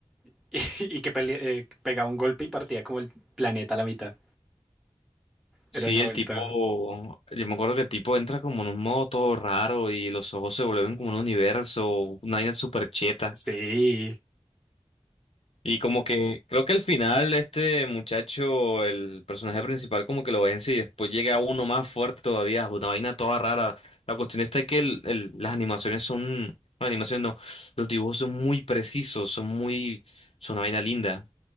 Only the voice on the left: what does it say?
Sí,
el
tipo, yo me acuerdo que el tipo entra como en un modo todo raro y los ojos se vuelven como un universo, una vaina súper cheta.
Y como que creo que al final este muchacho, el personaje principal, como que lo vence y después llega uno más fuerte todavía, una vaina toda rara. La cuestión está que el- el- las animaciones son, no, animaciones no, los dibujos son muy precisos, son muy, son una vaina linda.